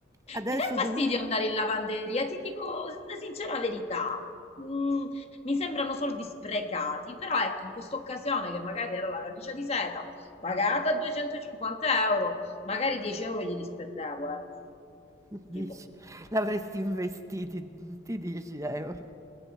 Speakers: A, on the right; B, on the left.
A: adesso
B: Mi dà fastidio
A: dove
B: andare in lavanderia, ti dico la sincera verità. Mm, mi sembrano soldi sprecati, però ecco, in questa occasione che magari era la camicia di seta pagata 250 euro, magari 10 euro glieli spendevo, ecco,
A: dici,
B: tipo.
A: l'avresti investiti, ti 10 euro.